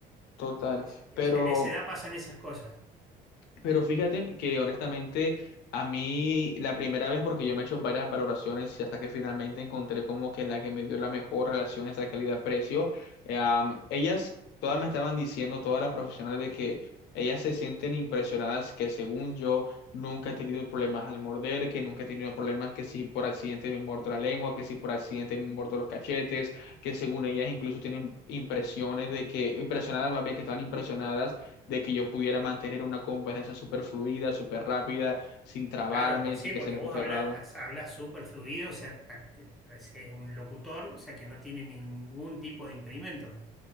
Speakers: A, on the left; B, in the centre.
A: total.
B: Es- es-
A: pero
B: en esa edad pasan esas cosas.
A: Pero fíjate que honestamente a mí la primera vez, porque yo me he hecho varias valoraciones y hasta que finalmente encontré como que la que me dio la mejor relación entre calidad-precio, eh, am, ellas todas me estaban diciendo, todas las profesionales, de que ellas se sienten impresionadas que según yo nunca he tenido problemas al morder, que nunca he tenido problemas que si por accidente me mordo la lengua, que si por accidente me mordo los cachetes, que según ellas incluso tienen impresiones de que, impresionadas más bien que estaban impresionadas de que yo pudiera mantener una conversación súper fluida, súper rápida, sin trabarme,
B: Claro, pues
A: sin
B: sí,
A: que
B: porque
A: se me
B: vos
A: pusiera
B: hablas,
A: raro.
B: hablas súper fluido, o sea, pa- te- pareces un locutor, o sea, que no tiene ningún tipo de impedimento.